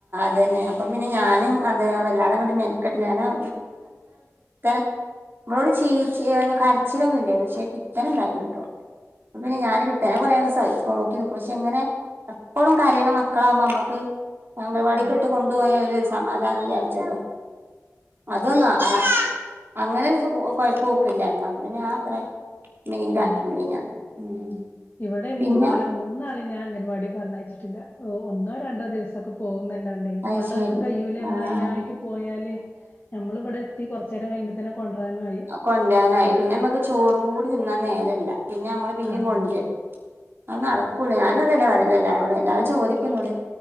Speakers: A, on the right; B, on the left.
A: അത് ന്നേ അപ്പൊപിന്നെ ഞാനുംഅത് വല്ലതങ്ങമെനക്കെട്ടി കാര്ണോം <unintelligible> ഓട് ചീച്ചി കരച്ചിലൊന്നും ഇല്ലായിരുകന്നു. പക്ഷേ പിത്തന് ഉണ്ടായിരുന്നു കേട്ടോ. അപ്പ പിന്നെ ഞാന് വിത്തനെ കുറെസഹിക്കു നോക്കി നോക്കും പക്ഷെ എങ്ങനെ? എപ്പോളും കാരയണ മക്കളാവകുമ്പോ നമ്മക്ക് അംഗനവാടിഇട്ട്
B: ആഹ്
A: കൊ <unintelligible> സമാധാനം വാച്ചല്ലോ അതല്ല ആ അങ്ങനെ ഒരു സൊ കൊഴപ്പം ഓക്കില്ലായിരുന്നു. അപ്പ പിന്നെ ആത്രയും മെയിന്റ്
B: ആഹ്
A: ആക്കില്ല ഞാൻ അത്. ഉം
B: ഇവിടെ
A: പിന്നെ
B: മൂന്നാള് മൂന്നാളേം ഞാൻ അംഗൻവാടി പറഞ്ഞയച്ചിട്ടില്ല. ഒന്നോ രണ്ടോ ദിവസം ക്കെ പോകുന്നുണ്ടോണ്ടേ
A: അത്
B: കൊണ്ടാക്കാൻ
A: ശരി
B: കഴിയൂല്ലേ നമ്മള്
A: ആഹ്
B: അതിനായിട്ട് പോയാല് നമ്മള് ഇവിടെ കൊറച്ചേരം കഴിയുമ്പോ തന്നെ കൊണ്ടരാനും ആയി
A: കൊണ്ടാനായിക്കും പിന്നെ നമ്മക്ക് ചോറും കൂ തിന്നാൻ നേരല്ല പിന്നെ നമ്മള് പിന്നയും
B: ആഹ്
A: കൊണ്ട്യരാ അത് നടക്കൂല ഞാനുഅതുതന്നെ പറയുന്നേ എല്ലാരോടെ എല്ലാവരും ചോദിക്കുന്നു എന്നോട്